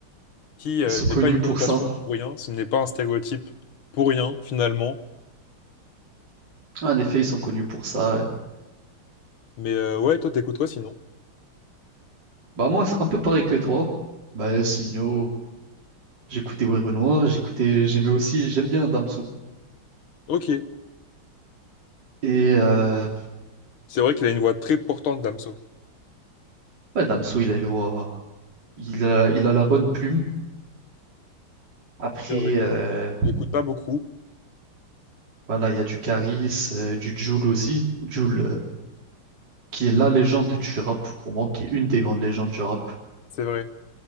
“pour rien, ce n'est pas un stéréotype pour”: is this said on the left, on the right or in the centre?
Left